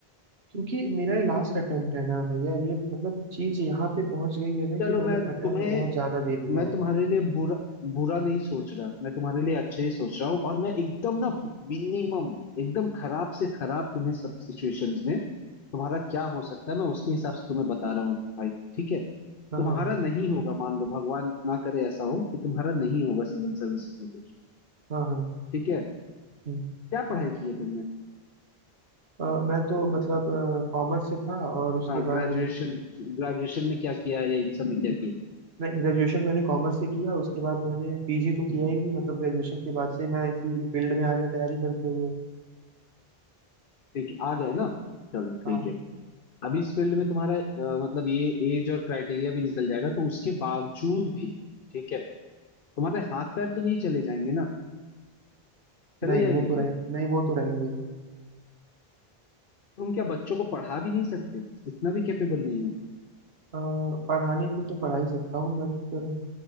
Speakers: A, on the right; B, on the left.
A: क्योंकि मेरा ये लास्ट अटेम्प्ट है ना भैया ये मतलब चीज यहाँ पे पहुंच गई है ना
B: चलो
A: कि मैंने
B: मैं
A: अटेम्प्ट
B: तुम्हें
A: बहुत ज्यादा दे दिया
B: मैं
A: है
B: तुम्हारे लिए बुरा बुरा नहीं सोच रहा मैं तुम्हारे लिए अच्छे ही सोच रहा हूँ और मैं एकदम ना मिनिमम एकदम खराब से खराब तुम्हें सब सिचुएशंस में तुम्हारा क्या हो सकता है मैं उसके हिसाब से तुम्हें बता रहा हूँ भाई ठीक है
A: हाँ
B: तुम्हारा
A: हाँ
B: नहीं होगा मान लो भगवान ना करे ऐसा हो कि तुम्हारा नहीं होगा सिविल सर्विस में कुछ
A: हाँ हाँ
B: ठीक है
A: हम्म।
B: क्या पढ़ाई की है तुमने
A: अ, मैं तो मतलब कॉमर्स से था और उसके
B: हाँ ग्रेजुएशन
A: बाद
B: ग्रेजुएशन में क्या किया है या इन सब में क्या किया
A: नहीं ग्रेजुएशन मैंने कॉमर्स से किया उसके बाद मैंने पीजी तो किया ही नहीं मतलब ग्रेजुएशन के बाद से मैं इसी फील्ड में आ गया तैयारी करते हुए
B: ठीक है आ गए ना चलो ठीक
A: हाँ
B: है अब इस फील्ड में तुम्हारा अ, मतलब ये एज और क्राइटेरिया भी निकल जाएगा तो उसके बावजूद भी ठीक है तुम्हारे हाथ पैर तो नहीं चले जाएंगे ना चले
A: नहीं
B: जाएंगे
A: वो
B: क्या
A: तो रहें नहीं वो तो रहेंगे
B: तुम क्या बच्चों को पढ़ा भी नहीं सकते इतना भी कैपेबल नहीं हो
A: अ, पढ़ाने को तो पढ़ा ही सकता हूँ बट